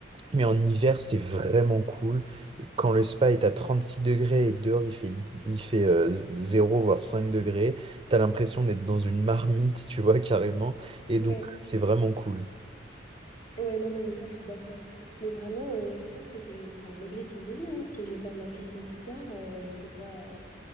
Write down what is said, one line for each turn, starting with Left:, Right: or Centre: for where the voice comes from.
Right: Mais en hiver, c'est vraiment cool. Et quand le spa est à 36 degrés et que dehors il fait, dix- il fait euh, 0 voire 5 degrés, t'as l'impression d'être dans une marmite, tu vois, <laughs> carrément. Et
Left: Ouais.
Right: donc, c'est vraiment cool.
Left: Ouais, non, non, mais ça, je suis d'accord. Mais vraiment, euh, je pense que c'est c'est un objectif de vie. hein. Si j'ai pas ma piscine plus tard, euh, je sais pas.